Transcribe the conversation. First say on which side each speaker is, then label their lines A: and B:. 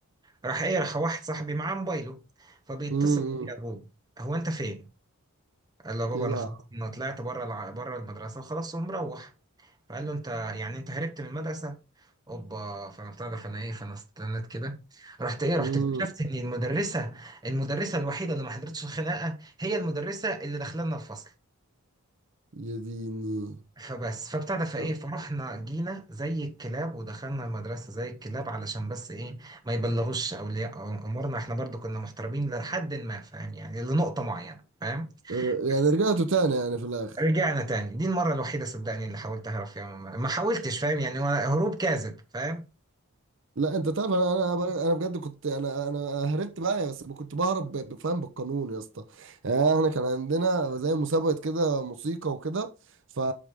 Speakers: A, on the right; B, on the right.
A: راح ايه راح واحد صاحبي معاه موبايله فبيتصل
B: امم
A: بيه ابوه هو انت فين؟ قال له بابا
B: يلعب
A: انا خلاص انا طلعت بره الع... بره المدرسه وخلاص ومروح فقال له انت يعني انت هربت من المدرسه اوبا فانا بتاع ده فانا ايه فانا استنيت كده رحت ايه رحت
B: امم
A: اكتشفت ان المدرسه المدرسه الوحيده اللي ما حضرتش الخناقه هي المدرسه اللي داخله لنا الفصل
B: يا ديني
A: فبس فابتدى فايه
B: لا.
A: فرحنا جينا زي الكلاب ودخلنا المدرسه زي الكلاب علشان بس ايه ما يبلغوش اولياء امورنا احنا برضو كنا محترمين لحد ما فاهم يعني لنقطه معينه فاهم
B: آه، يعني
A: بس
B: رجعتوا تاني يعني في الاخر
A: رجعنا تاني دي المره الوحيده صدقني اللي حاولت اهرب فيها ما ما حاولتش فاهم يعني ولا هروب كاذب فاهم
B: لا انت تعرف انا انا ب- انا بجد كنت انا انا هربت بقى يا بس كنت بهرب ب- بفهم بالقانون يا اسطى يعني احنا كان عندنا زي مسابقه كده موسيقى وكده ف